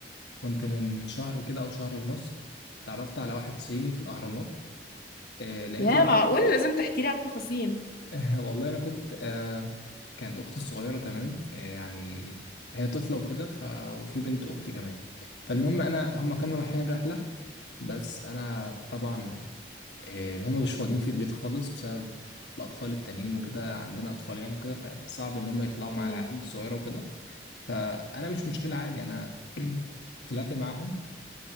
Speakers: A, on the left; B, on the left.
A: كنت من شهر كده او شهر ونص اتعرفت على واحد صيني في الاهرامات آه لقيته
B: يا
A: لسه
B: معقول لازم تحكي لي على التفاصيل
A: <laughs> والله انا كنت آه كان اختي الصغيره تمام آه يعني هي طفله وكده ف... وفي بنت اختي كمان فالمهم انا هم كانوا رايحين رحله بس انا طبعا آه هم مش فاضيين في البيت خالص بسبب الاطفال التانيين وكده عندنا اطفال يعني وكده فصعب ان هم يطلعوا مع
B: مم.
A: العيال الصغيره وكده فانا مش مشكله عادي انا <clears throat> طلعت معاهم